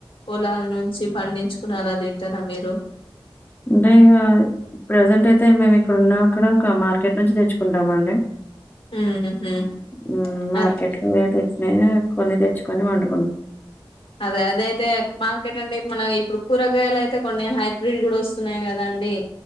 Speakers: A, on the left; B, on the left.
A: పొలాల నుంచి పండించుకునేలా తింటారా మీరు.
B: అంటే ఇగ ప్రజెంట్ అయితే మేము ఇక్కడ ఉన్నా అక్కడ మార్ కెట్ నుంచి తెచ్చుకుంటాం అండి.
A: ఉహు
B: హ్మ్ మార్కెట్
A: అద్
B: లోయె తెచ్చినయే కొన్ని తెచ్చుకొని వండు
A: అదే అదైతే మార్కెట్ అంటే మన ఇప్పుడు కూరగాయలు అయితే కొన్ని హైబ్రిడ్ గూడా వస్తున్నాయి కదండి.